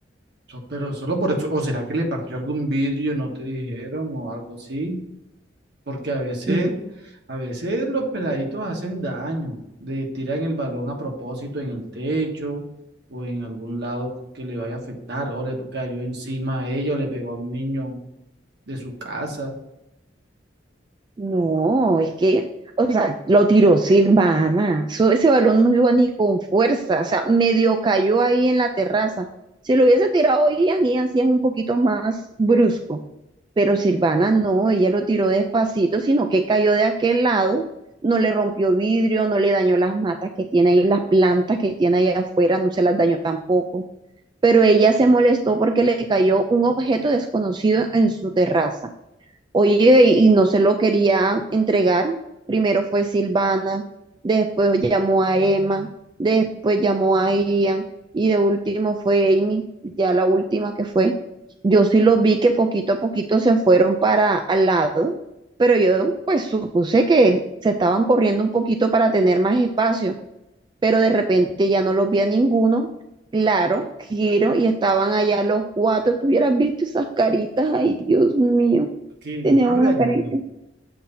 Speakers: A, on the right; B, on the right.
A: So- Pero solo por eso, o será que le partió algún vidrio, no te dijeron, o algo así. Porque a veces,
B: N-
A: a veces los peladitos hacen daño, le tiran el balón a propósito en el techo o en algún lado que le vaya a afectar, o le cayó encima a ella o le pegó a un niño de su casa.
B: No, es que, o sea, lo tiró Silvana. Eso- ese balón no iba ni con fuerza, o sea, medio cayó ahí en la terraza. Si lo hubiese tirado Ian, Ian sí es un poquito más brusco. Pero Silvana no, ella lo tiró despacito, sino que cayó de aquel lado, no le rompió vidrio, no le dañó las matas que tiene ahí, las plantas que tiene ahí afuera, no se las dañó tampoco. Pero ella se molestó porque le cayó un objeto desconocido en su terraza. Oye, y y no se lo quería entregar. Primero fue Silvana, después llamó a Emma, después llamó a Ian y de último fue Amy, ya la última que fue. Yo sí los vi que poquito a poquito se fueron para al lado, pero yo pues supuse que se estaban corriendo un poquito para tener más espacio, pero de repente ya no los vi a ninguno. Claro, giro y estaban allá los cuatro. Tú hubieras visto esas caritas, ay, Dios mío.
A: ¿Qué?
B: Tenía
A: ¿Lo están
B: una
A: regañando?
B: carita.